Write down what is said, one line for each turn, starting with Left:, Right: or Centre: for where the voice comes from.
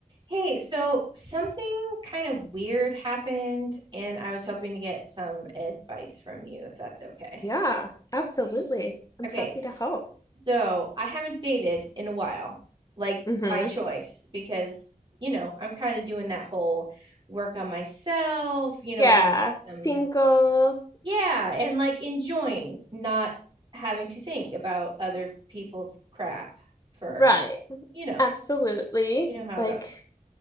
Right: Hey, so something kind of weird happened, and I was hoping to get some advice from you if that's okay.
Left: Yeah, absolutely. I'm
Right: Okay,
Left: happy
Right: s-
Left: to help.
Right: so I haven't dated in a while, like
Left: hmm
Right: by choice, because, you know, I'm kind of doing that whole work on myself, you know,
Left: Yeah,
Right: with some,
Left: single.
Right: yeah, and like enjoying not having to think about other people's crap for,
Left: Right.
Right: you know,
Left: Absolutely.
Right: you know how
Left: Like
Right: it goes.